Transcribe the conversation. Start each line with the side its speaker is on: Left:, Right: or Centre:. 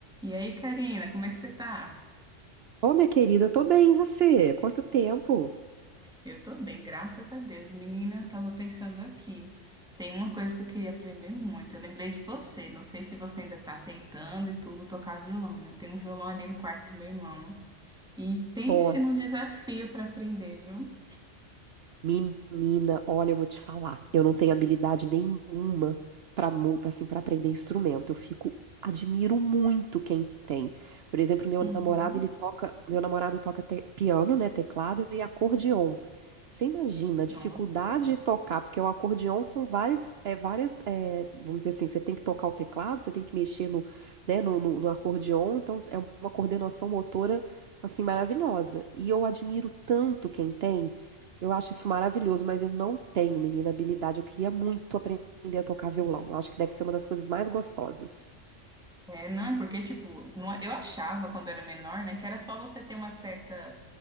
Centre: E aí, Karina, como é que você tá?
Right: Ô, minha querida, eu tô bem, e você? Quanto tempo?
Centre: Eu tô bem, graças a Deus. Menina, tava pensando aqui. Tem uma coisa que eu queria aprender muito. Eu lembrei de você. Não sei se você ainda tá tentando e tudo tocar violão, menina. Tem um violão ali no quarto do meu irmão. E pense
Right: Nossa,
Centre: num desafio pra aprender, viu?
Right: Menina, olha, eu vou te falar. Eu não tenho habilidade nenhuma para assim para aprender instrumento. Eu fico admiro muito quem tem. Por exemplo, meu
Centre: Uhum.
Right: namorado, ele toca, meu namorado toca te- piano, né, teclado e acordeon. Você imagina a dificuldade
Centre: Nossa.
Right: de tocar, porque o acordeon são várias, é, várias, é, vamos dizer assim, você tem que tocar o teclado, você tem que mexer no, né, no, no no acordeon, então é uma coordenação motora assim maravilhosa. E eu admiro tanto quem tem. Eu acho isso maravilhoso, mas eu não tenho, menina, habilidade. Eu queria muito aprender a tocar violão. Eu acho que deve ser uma das coisas mais gostosas.
Centre: É, não, é porque, tipo, não- eu achava quando era menor, né, que era só você ter uma certa